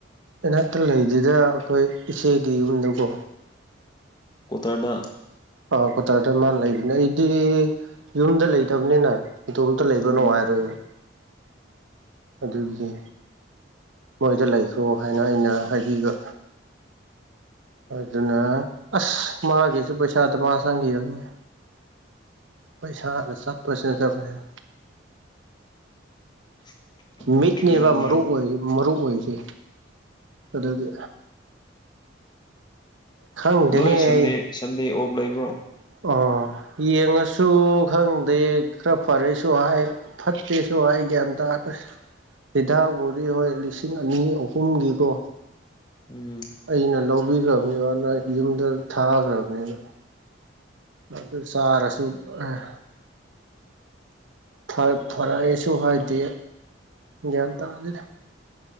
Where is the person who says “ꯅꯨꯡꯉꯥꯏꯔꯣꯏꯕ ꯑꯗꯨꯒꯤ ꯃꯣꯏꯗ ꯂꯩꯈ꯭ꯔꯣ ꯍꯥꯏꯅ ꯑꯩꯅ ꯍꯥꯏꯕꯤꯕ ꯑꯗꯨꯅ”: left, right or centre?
Right